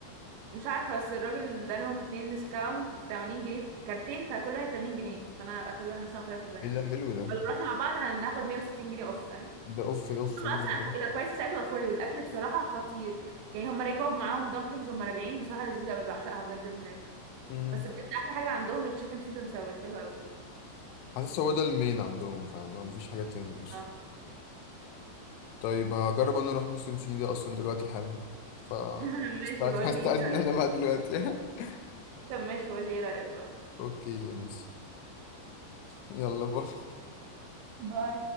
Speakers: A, on the right (about 80°); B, on the left (about 85°).
A: مش عارفة بس الراجل ده لهم اتنين ديسكاونت 80 جنيه كارتين فكل واحد 80 جنيه فانا اخد واحد مثلا اخويا ياخد واحد
B: ايه ده حلو ده
A: فلو رحنا مع بعض هناخد 160 جنيه اوف فاهم
B: ده اوف ده اوف
A: هما
B: مود
A: اصلا
B: ده
A: البرايس بتاعتهم افوردبل الاكل بصراحة خطير يعني هما رجعوا معاهم دامبلينجز هما راجعين بصراحة لذيذة قوي بعشقها بجد من هناك
B: مم.
A: بس بجد احلى حاجة عندهم التشيكن سويت اند ساور حلو قوي
B: حاسس هو ده المين عندهم فعلا لو مفيش حاجة تاني اصلا
A: اه
B: طيب هجرب انا اروح مسلم سي ده اصلا دلوقتي حالا ف
A: <laughs>
B: هستأذن
A: ماشي بقول
B: هستأذن
A: لي ايه رأيك
B: انا بقى دلوقتي <laughs>
A: طب ماشي بقول لي ايه رأيك بقى
B: اوكي يا مصر يلا باي
A: باي